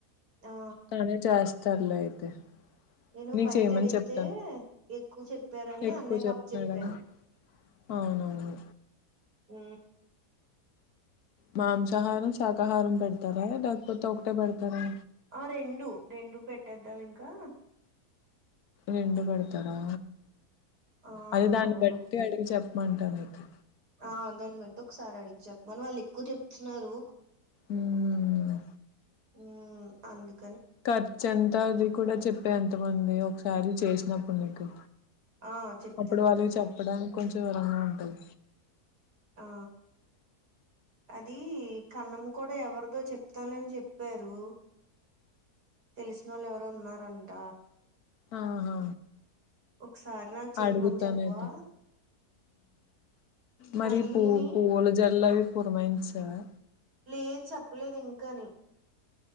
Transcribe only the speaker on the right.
ఆ
నేను
బయట
అడిగితే
ఎక్కువ చెప్పారని
అన్నయ్య
కప్ప చెప్పాను
మ్
ఆ రెండు రెండు పెట్టేద్దాం ఇంకా
ఆ
అవును
ఆ దాన్ని బట్టి ఒకసారి అడిగి చెప్పమని వాళ్ళు ఎక్కువ చెప్తున్నారు
హామ్ అందుకు
ఆ చెప్తాను
చెప్తాను
ఆ అది కన్నం కూడా ఎవరిదో చెప్తానని చెప్పారు తెలిసిన వాళ్ళు ఎవరో ఉన్నారంట
ఒకసారి నాకు చేయమని
చెప్పవా
అదినిని
ఏది చెప్పలేదు ఇంకాని